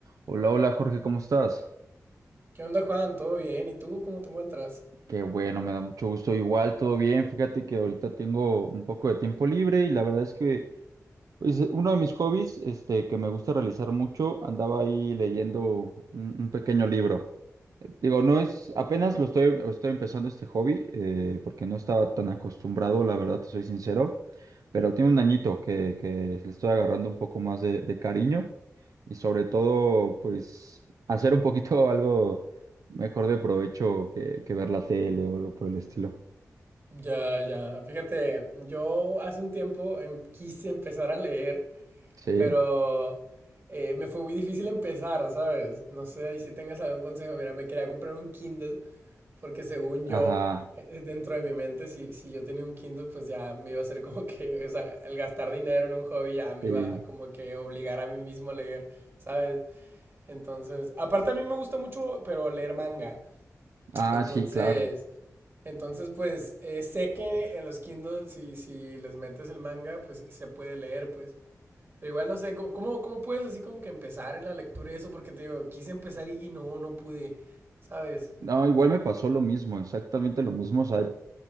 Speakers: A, on the right; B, on the right.
A: Hola, hola Jorge, ¿cómo estás?
B: ¿Qué onda, Juan? ¿Todo bien? ¿Y tú cómo te encuentras?
A: Qué bueno, me da mucho gusto. Igual, todo bien. Fíjate que ahorita tengo un poco de tiempo libre y la verdad es que pues, uno de mis hobbies, este, que me gusta realizar mucho, andaba ahí leyendo un, un pequeño libro. Digo, no es, apenas lo estoy, estoy empezando este hobby, eh, porque no estaba tan acostumbrado, la verdad, te soy sincero, pero tiene un añito que, que le estoy agarrando un poco más de, de cariño y sobre todo, pues, hacer un poquito <laughs> algo mejor de provecho que, que ver la tele o algo por el estilo.
B: Ya, ya. Fíjate, yo hace un tiempo em- quise empezar a leer,
A: Sí,
B: pero eh, me fue muy difícil empezar, ¿sabes? No sé ahí si tengas algún consejo. Mira, me quería comprar un Kindle porque según yo,
A: ajá,
B: eh, eh, dentro de mi mente, si, si yo tenía un Kindle, pues ya me iba a ser como que, o sea, el gastar dinero en un hobby ya me
A: sí.
B: iba como que obligar a mí mismo a leer, ¿sabes? Entonces, aparte a mí me gusta mucho, pero leer manga.
A: Ah,
B: Entonces...
A: sí, claro.
B: Entonces, pues eh, sé que en los Kindle, si, si les metes el manga, pues se puede leer, pues. Pero igual no sé, ¿cómo, cómo, cómo puedes así como que empezar en la lectura y eso? Porque te digo, quise empezar y, y no, no pude, ¿sabes?
A: No, igual me pasó lo mismo, exactamente lo mismo. O sea,